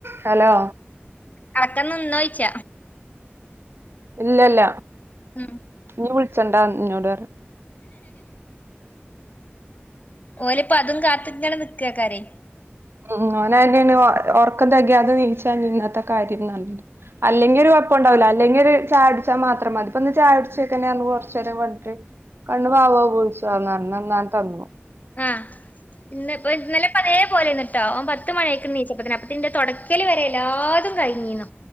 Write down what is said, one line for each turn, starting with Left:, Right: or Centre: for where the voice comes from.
Right: Hello
Left: അളക്കം നിന്നോയ്ച്ച
Right: ഇല്ലല്ല
Left: ഉം.
Right: ഞ് വിളിച്ചണ്ട ന്നോട് പറഞ്ഞ്
Left: ഓലപ്പ അതും കാത്തിങ്ങനിക്കക്കാരേ
Right: ഉം ഒനയന്യണ് ഒർക്കംതകിയാതെ നീച്ചാ ഇന്നാത്തെ കാര്ംന്ന അല്ലെങ്കി ഒരു കൊഴപ്പം ണ്ടാവുല അല്ലെങ്കി ഒരു ചായ ടിച്ച മാത്രം മതിപ്പൊ ന്ന് ചായ ഉടിച്ചട്ടന്നെ കൊറചെരം വെകി കണ്ണ് പാവ പളിച്ചുന്ന്ഞാൻ തന്നു
Left: ആഹ് ഇന്ന ഇപ്പ ഇന്നലെ പതേ പോലെന്നിട്ടാ ഓമ്പത്ത് മണിയായിക്കണ് നീച്ചപ്പതിന് അപ്പതിന്റെ തുടക്കല് വരെ എല്ലാതും കഴിഞ്ഞീന്നു